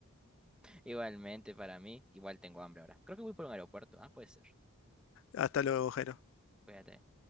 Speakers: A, in the centre; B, on the left (about 65°).
A: Igualmente para mí, igual tengo hambre ahora. Creo que voy por un aeropuerto. Ah, puede ser.
B: Hasta luego, Jero.
A: Cuídate.